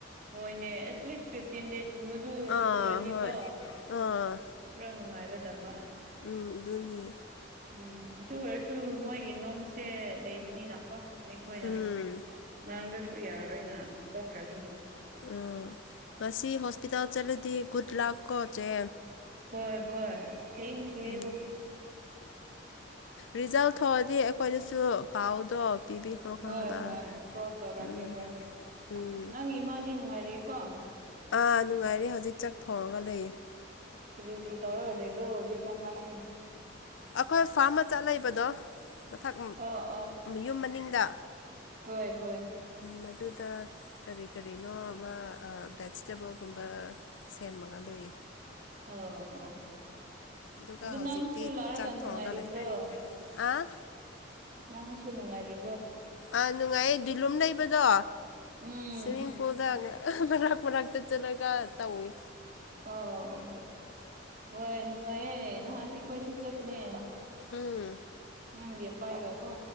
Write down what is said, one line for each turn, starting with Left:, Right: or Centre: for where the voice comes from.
Right: ꯍꯣꯏꯅꯦ ꯑꯦꯠꯂꯤꯁ ꯐꯤꯐꯇꯤꯟ ꯗꯦꯖꯀꯨꯝꯕꯗꯨ
Left: ꯑꯥ
Right: ꯁꯨꯔꯗꯤꯀꯣ
Left: ꯍꯣꯏ ꯑꯥ
Right: ꯄꯨꯔ ꯅꯨꯡꯉꯥꯏꯒꯗꯕ
Left: ꯎꯝ ꯑꯗꯨꯅꯤ
Right: ꯎꯝ ꯑꯗꯨ ꯑꯣꯏꯔꯁꯨ ꯃꯣꯏꯒꯤ ꯅꯣꯝꯁꯦ ꯂꯩꯕꯅꯤꯅꯀꯣ ꯑꯩꯈꯣꯏꯅ
Left: ꯎꯝ
Right: ꯉꯥꯡꯗ꯭ꯔꯁꯨ ꯌꯥꯔꯔꯣꯏꯅ ꯇꯣꯛꯈ꯭ꯔꯕꯅꯤ
Left: ꯑꯣ ꯉꯁꯤ ꯍꯣꯁꯄꯤꯇꯥꯜ ꯆꯠꯂꯗꯤ ꯒꯨꯗ ꯂꯥꯛ ꯀꯣꯆꯦ
Right: ꯍꯣꯏ ꯍꯣꯏ ꯑꯁ ꯊꯦꯡꯀ ꯌꯌꯨ
Left: ꯎꯝ ꯔꯤꯖꯜ ꯊꯣꯛꯑꯗꯤ ꯑꯩꯈꯣꯏꯗꯁꯨ ꯄꯥꯎꯗꯣ ꯄꯤꯕꯤꯈ꯭ꯔꯣ ꯈꯪꯉꯕ
Right: ꯍꯣꯏ ꯍꯣꯏ ꯀꯣꯜ ꯇꯧꯔꯛꯀꯦ
Left: ꯎꯝ
Right: ꯍꯣꯏ
Left: ꯎꯝ
Right: ꯅꯪꯒꯤ ꯏꯃꯥꯗꯤ ꯅꯨꯡꯉꯥꯏꯔꯑꯦꯀꯣ
Left: ꯑꯥ ꯅꯨꯡꯉꯥꯏꯔꯦ ꯍꯧꯖꯤꯛ ꯆꯥꯛ ꯊꯣꯡꯉꯒ ꯂꯩꯌꯦ
Right: ꯀꯔꯤ ꯀꯔꯤ ꯇꯧꯔ ꯂꯩꯕ꯭ꯔꯣ ꯍꯧꯖꯤꯛ ꯀꯥꯟ ꯃꯥꯁꯦ
Left: ꯑꯩꯈꯣꯏ ꯐꯥꯔꯝ ꯃꯆꯥꯠ ꯂꯩꯕꯗꯣ ꯃꯊꯛ
Right: ꯑꯣ ꯑꯣ
Left: ꯌꯨꯝ ꯃꯅꯤꯡꯗ
Right: ꯍꯣꯏ ꯍꯣꯏ
Left: ꯃꯗꯨꯗ ꯀꯔꯤ ꯀꯔꯤꯅꯣ ꯑꯃ ꯚꯦꯖꯤꯇꯦꯕꯜꯒꯨꯝꯕ ꯁꯦꯝꯃꯒ ꯂꯩ
Right: ꯑ ꯑꯣ
Left: ꯑꯗꯨꯒ
Right: ꯑꯗꯨ
Left: ꯍꯧꯖꯤꯛꯇꯤ
Right: ꯅꯪꯁꯨ ꯂꯥꯛꯔꯒ
Left: ꯆꯥꯛ
Right: ꯅꯨꯡꯉꯥꯏꯔꯤꯕ꯭ꯔꯣ
Left: ꯊꯣꯡꯉꯒ ꯂꯩ ꯑꯥ
Right: ꯅꯪꯁꯨꯨꯅꯥꯏꯔꯤ
Left: ꯑꯥ ꯅꯨꯡꯉꯥꯏꯌꯦ ꯗꯤꯂꯨꯝ ꯂꯩꯕꯗꯣ
Right: ꯎꯝ
Left: ꯁ꯭ꯋꯤꯃꯤꯡ ꯄꯨꯜꯗ ꯃꯔꯛ ꯃꯔꯛꯇ ꯆꯠꯂꯒ ꯇꯧ ꯏ
Right: ꯑ ꯑꯣ ꯍꯣꯏ ꯅꯨꯡꯉꯥꯏꯌꯦ ꯅꯍꯥꯟ ꯑꯩꯈꯣꯏꯁꯨ ꯆꯠꯄꯅꯦ
Left: ꯎꯝ
Right: ꯅꯪ ꯌꯦꯄꯥꯏꯒꯀꯣ